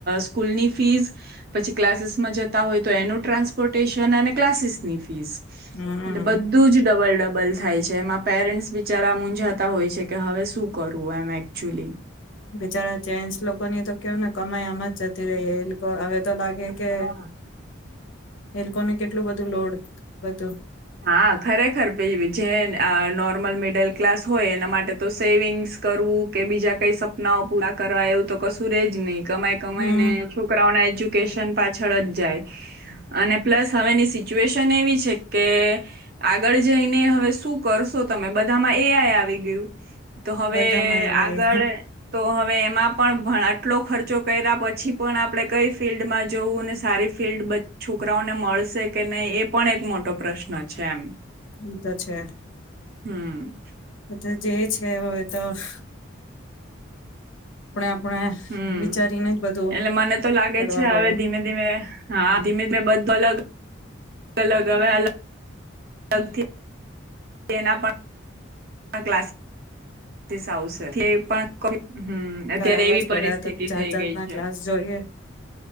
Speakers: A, on the right; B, on the left.
A: સ્કૂલની ફીઝ પછી ક્લાસીસમાં જતા હોય તો એનું ટ્રાન્સપોર્ટેશન અને ક્લાસીસની ફીસ.
B: હમ
A: એટલે બધું જ ડબલ-ડબલ. થાય છે એમાં પેરેન્ટસ બિચારા મુંઝાતા હોય છે કે હવે શું કરવું એમ એકચુલી.
B: બિચારા જેન્ટસ લોકો ની તો કેવય ને કમાઈ આમ જ જતી રહી એ લોકો હવે. તો લાગે
A: હા
B: કે. એ લોકોને કેટલું બધું લોડ. બ તો.
A: હા ખરેખર જે નોર્મલ મિડલ ક્લાસ હોય એના માટે તો સેવિંગ્સ કરવું કે બીજા કઈ સપનાઓ પૂરા કરવા એવું તો કશું રજ નહી. કમાય કમાય
B: હમ
A: ને છોકરાઓના એજ્ય કેશન પાછળ જ જાય અને પ્લસ હવેની સિચ્યુએશન એવી છે. કે આગળ જઈને હવે શું કરશો તમે બધામાં એઆઈ આવી ગયું. તો હવે
B: બધામાં એવા
A: આગળ
B: એ
A: તો હવે એમાં પણ ભણા આટલો ખર્ચો કર્યા પછી પણ આપણે કઈ ફિલ્ડમાં જવું ને સારી ફિલ્ડ છોકરાઓને મળશે કે નહીં એ પણ એક મોટો. મોટો પ્રશ્ન છે એમ.
B: એ તો છે
A: હમ
B: એતો જે હ હોય તો. <inaudible> આપણે
A: હમ્મ
B: વિચારીને જ બધું
A: એટલે મને તો લાગે
B: કરવા
A: છે
B: પડે
A: હવે ધીમે ધીમે હા ધીમે ધીમે બધો અલગ. અલગ હવે અલગ. અલગથી. એના પણ. ક્લાસસીસ આવશે થે પણ હમ.
B: કરાવા
A: અત્યારે એવી
B: જ પડે
A: પરિસ્થિતિ
B: આ તો જાત
A: થઈ
B: જાતના
A: ગઈ છે
B: ક્લાસ જોઈએ